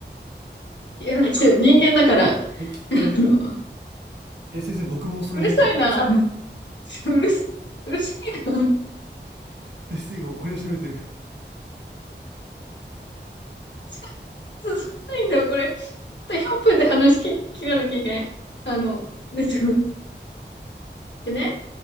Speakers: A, on the left; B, on the right.
A: いや、ちょっと人間だから、
B: え、汚ね。
A: あの、
B: え、先生、僕もそれなってるってことですか
A: うるさいな、うるさい、うるさいな、
B: 先生が怒り始めてる。
A: そか進まないんだよ、これ。ちょっと4分で話き切らなきゃいけない。あの、で、ちょでね、